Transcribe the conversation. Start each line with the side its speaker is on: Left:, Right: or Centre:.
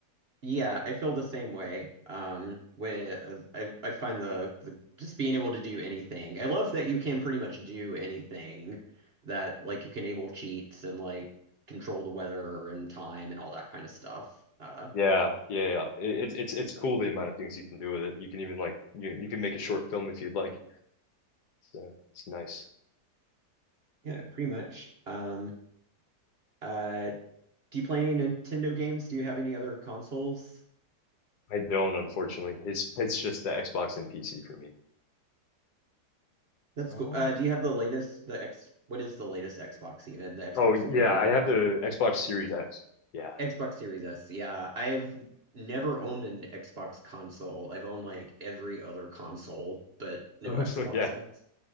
Right: yeah, I feel the same way. Um, when I I find the, the just being able to do anything. I love that you can pretty much do anything that like you can enable cheats and like control the weather and time and all that kind of stuff. Uh,
Left: Yeah, yeah, yeah. It, it's it's it's cool the amount of things you can do with it. You can even like you you can make a short film if you'd like. So it's nice.
Right: yeah, pretty much. Um, uh, do you play any Nintendo games? Do you have any other consoles?
Left: I don't, unfortunately. It's it's just the Xbox and PC for me.
Right: That's
Left: Um.
Right: cool. Uh, do you have the latest, the X, what is the latest Xbox even? The Xbox
Left: Oh yeah,
Right: One,
Left: I have the Xbox Series X. Yeah.
Right: Xbox
Left: <laughs>
Right: Series S. Yeah, I've never owned an Xbox console. I've owned like every other console, but no
Left: Oh,
Right: Xbox
Left: yeah.
Right: ones.